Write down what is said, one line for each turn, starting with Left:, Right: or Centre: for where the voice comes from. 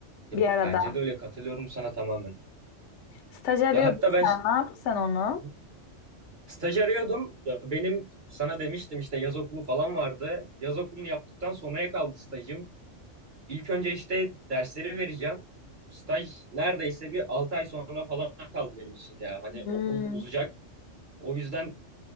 Right: Ya
Left: bir arada.
Right: bence de öyle katılıyorum sana tamamen.
Left: Staj arıyordun
Right: Ya hatta ben ş-
Left: sen. Ne yaptın sen onu?
Right: Hı hı. staj arıyordum. Ya benim sana demiştim işte yaz okulu falan vardı. Yaz okulunu yaptıktan sonraya kaldı stajım. İlk önce işte dersleri vereceğim. Staj neredeyse bir 6 ay sonra falan kaldı benim için ya. Hani
Left: Hmm.
Right: okul uzayacak. O yüzden